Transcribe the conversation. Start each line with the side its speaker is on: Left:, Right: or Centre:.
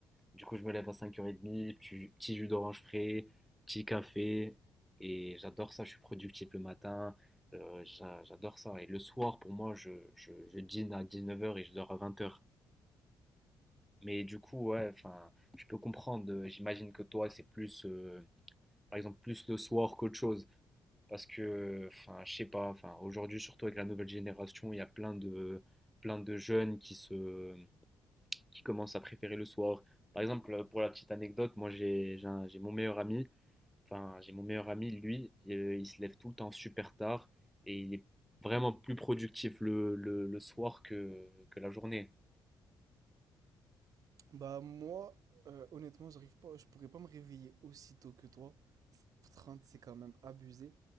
Centre: Du coup, je me lève à cinq heures 30 petit, petit jus d'orange frais, petit café. Et j'adore ça, je suis productif le matin. euh, j'a- j'adore ça. Et le soir, pour moi, je, je, je dîne à dix-neuf heures et je dors à vingt heures Mais du coup, ouais, enfin, je peux comprendre. euh, J'imagine que toi, c'est plus, euh, par exemple, plus le soir qu'autre chose. Parce que, enfin, je sais pas, enfin, aujourd'hui, surtout avec la nouvelle génération, il y a plein de, plein de jeunes qui se, qui commencent à préférer le soir. Par exemple, euh, pour la petite anecdote, moi j'ai j'ai un- j'ai mon meilleur ami, enfin j'ai mon meilleur ami, lui, euh, il se lève tout le temps super tard et il est vraiment plus productif le, le- le soir que, que la journée.
Right: Bah moi, euh, honnêtement, j'arrive pas, je pourrais pas me réveiller aussi tôt que toi. 7h30, c'est quand même abusé,